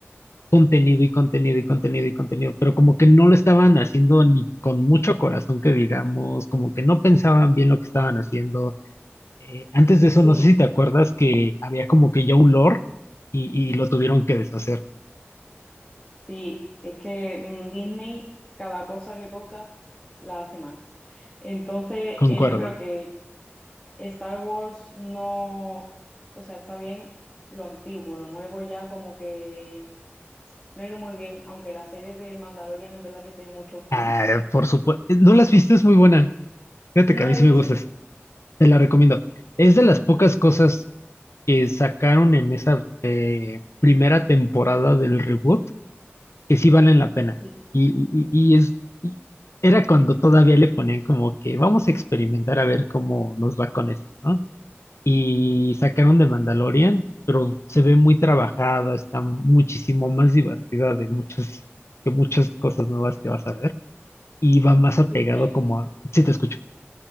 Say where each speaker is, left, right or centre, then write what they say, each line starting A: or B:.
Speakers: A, on the left; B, on the left.
A: contenido y contenido y contenido y contenido, pero como que no lo estaban haciendo ni con mucho corazón que digamos, como que no pensaban bien lo que estaban haciendo. Eh, antes de eso,
B: Sí,
A: no sé si te acuerdas que había como que ya un lore y, y lo tuvieron que deshacer.
B: sí, es que mm, Disney cada cosa que toca la hace mal. Entonces,
A: Concuerdo.
B: eh, yo creo que Star Wars no, o sea, está bien lo antiguo, lo nuevo ya como que no ha ido muy bien, aunque la serie de Mandalorian es verdad que tiene muchos fans.
A: Ah, por supuesto. No la has visto es muy buena. Fíjate
B: No
A: que a mí
B: la
A: sí
B: he visto.
A: me gustas. Te la recomiendo. Es de las pocas cosas que sacaron en esa eh, primera temporada del reboot que sí valen la pena.
B: Sí.
A: Y, y- y es, y era cuando todavía le ponían como que vamos a experimentar a ver cómo nos va con esto, ¿no? Y sacaron de Mandalorian, pero se ve muy trabajada, está muchísimo más divertida de muchas, que muchas cosas nuevas que vas a ver. y va más apegado
B: Sí, es que
A: como a, sí te escucho,